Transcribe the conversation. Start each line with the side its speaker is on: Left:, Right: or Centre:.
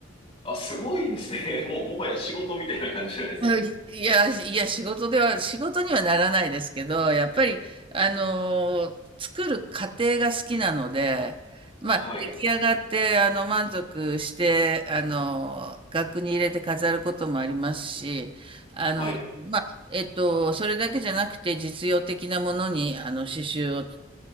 Left: あ、すごいですね。<laughs> もう、もはや仕事みたいな感じじゃないですか。
Right: うんいいや、いや、仕事では、仕事にはならないですけど、やっぱり、あのー作る過程が好きなので、まあ、
Left: はい。
Right: 出来上がって、あの、満足して、あのー額に入れて飾ることもありますし、あの、
Left: はい。
Right: まあ、えっと、それだけじゃなくて、実用的なものに、あの、刺繍を、